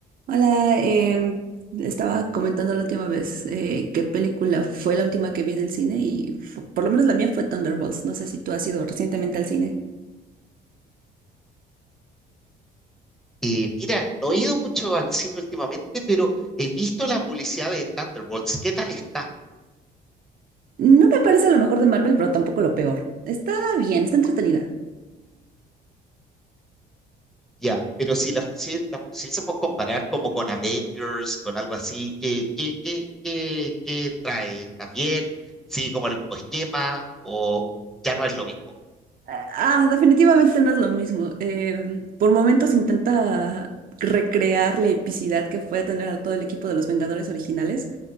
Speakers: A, on the right (about 50°); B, in the centre.
A: Hola, em, estaba comentando la última vez eh, qué película fue la última que vi en el cine y fu- por lo menos la mía fue Thunderbolts. No sé si tú has ido recientemente al cine.
B: Eh, mira, no he ido mucho al cine últimamente, pero he visto la publicidad de Thunderbolts. ¿Qué tal está?
A: No me parece lo mejor de Marvel, pero tampoco lo peor. Está bien, está entretenida.
B: Ya, pero si la, fusie- la pusiésemos comparar como con Avengers, con algo así, ¿qué, qué, qué, qué, qué trae? ¿Está bien? Sí, como el mismo esquema o ya no es lo mismo?
A: Ah, ah, definitivamente no es lo mismo. Em, por momentos intenta recrear la epicidad que fue tener a todo el equipo de los Vengadores originales,